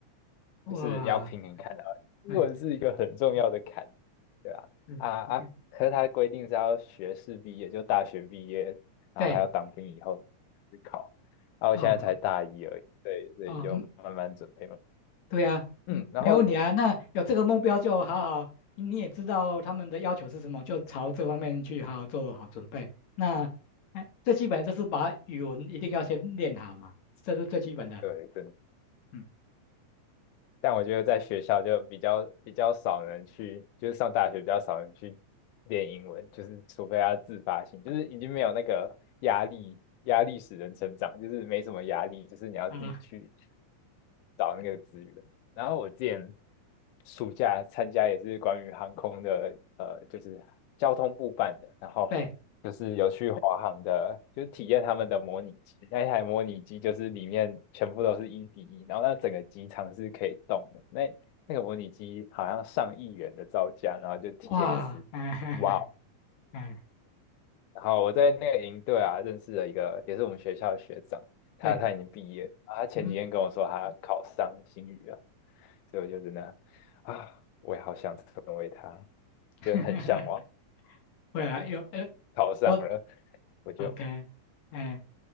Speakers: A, on the left (about 65°); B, on the left (about 85°).
A: 哇，
B: 就是要平衡看啊，英文是一个很重要的坎，
A: 哎，
B: 对吧？
A: 嗯，OK，
B: 啊啊，可是他规定是要学士毕业，就大学毕业，然后还要当兵以后去考。
A: 对，
B: 啊，我现在才大一而已，
A: 哦
B: 对，所以就慢慢准备嘛。
A: 哦，嗯对啊，
B: 嗯，
A: 嗯，
B: 然后
A: 没问题啊。那有这个目标就好好，你也知道他们的要求是什么，就朝这方面去好好做好准备。那，哎，最基本的就是把语文一定要先练好嘛，这是最基本的。
B: 对，真
A: 嗯
B: 但我觉得在学校就比较比较少人去，就是上大学比较少人去练英文，就是除非他自发性，就是已经没有那个压力，压力使人成长，就是没什么压力，就是你要自己去
A: 啊，
B: 找那个资源。然后我之前暑假参加也是关于航空的，呃，就是交通部办的，然后
A: 对，
B: 就是有去华航的，就是体验他们的模拟机。那一台模拟机就是里面全部都是一比一，然后那整个机场是可以动的。那那个模拟机好像上亿元的造价，然后就体验一次，
A: 哇，哎，
B: 哇，
A: <laughs> 哎，
B: 然后我在那个营队啊，认识了一个也是我们学校的学长，他他已经毕业了啊他前几天跟我说他考上新语了，
A: 对，嗯，
B: 所以我就真的啊，我也好想成为他，
A: <laughs>
B: 就很向往。
A: 会啊，有呃，
B: 考上了，
A: 说
B: 我就
A: OK，哎。